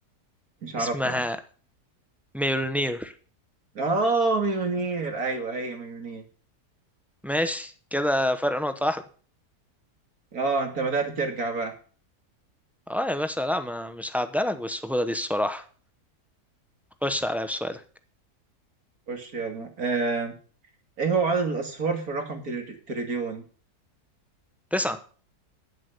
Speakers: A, on the right; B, in the centre.
A: مش عارفها
B: اسمها
A: لا
B: ميولنير
A: <laughs> اه مليونير ايوه هي مليونير
B: ماشي كده فرق نقطة واحدة
A: اه انت بدأت ترجع بقى
B: اه يا باشا لا ما مش هعدلك بالسهولة دي الصراحة خش عليا بسؤالك
A: خش يلا آه. ايه هو عدد الاصفار في الرقم تر- تريليون
B: تسعة